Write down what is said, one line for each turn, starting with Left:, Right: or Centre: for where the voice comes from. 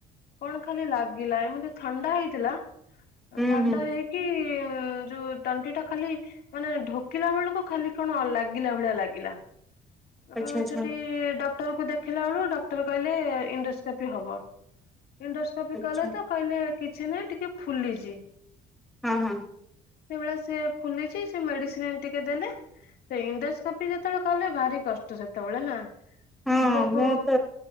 Left: କଣ ଖାଲି ଲାଗିଲା ଏମିତି ଥଣ୍ଡା ହେଇଥିଲା। ଅ
Centre: ହୁଁ
Left: ଥଣ୍ଡା
Centre: ହୁଁ।
Left: ହେଇକି ଇଏ ଯୋଉ ତଣ୍ଟି ଟା ଖାଲି ମାନେ ଢୋକିଲା ବେଳକୁ ଖାଲି କଣ ଲାଗିଲା ଭଳିଆ ଲାଗିଲା। ଅ
Centre: ଆଚ୍ଛା ଆଚ୍ଛା
Left: ସେଠି ଡକ୍ କ୍ଟ ରକୁ ରେଦେଖେଇଲା ବେଳକୁ ଡକ୍ଟର କଇଲେ ଇଣ୍ଡୋସ୍କୋପି ହବ ଇଣ୍ଡୋସ୍କୋପି
Centre: ଆଚ୍ଛା
Left: କଲେ ତ। କଇଲେ କିଛି ନାହିଁ ଟିକେ ଫୁଲିଛି।
Centre: ହଁ ହଁ।
Left: ସେଇଭଳିଆ ସେ ଫୁଲିଛି ସେ ମେଡିସିନ ଆଣି ଟିକେ ଦେଲେ ସେ ଇଣ୍ଡୋସ୍କୋପି ଯେତେଳେ କଲେ ଭାରି କଷ୍ଟ ସେତେବେଳେ ନା
Centre: ହଁ
Left: ଯିବକୁ
Centre: ମୁଁ ତ